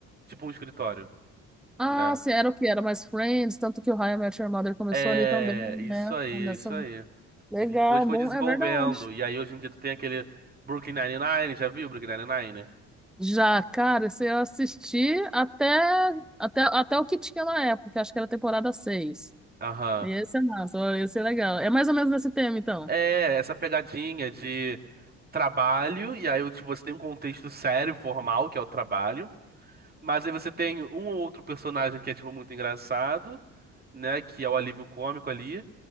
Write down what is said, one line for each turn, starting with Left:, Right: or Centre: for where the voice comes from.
Right: Tipo um escritório,
Centre: Ah,
Right: né?
Centre: sim, era o que? Era mais Friends, tanto que o How I Met Your Mother começou
Right: É,
Centre: ali também,
Right: isso
Centre: né?
Right: aí,
Centre: Nessa...
Right: isso aí.
Centre: Legal,
Right: E depois foi
Centre: bom,
Right: desenvolvendo.
Centre: é verdade.
Right: E aí hoje em dia tu tem aquele Brooklyn Nine-Nine, já viu Brooklyn Nine-Nine?
Centre: Já, cara, se eu assisti até, até, até o que tinha na época, acho que era a temporada 6.
Right: Aham.
Centre: E esse é massa, ó, esse é legal. É mais ou menos nesse tema, então.
Right: É, essa pegadinha de trabalho, e aí tipo, você tem um contexto sério, formal, que é o trabalho. Mas aí você tem um ou outro personagem que é, tipo, muito engraçado, né? Que é o alívio cômico ali.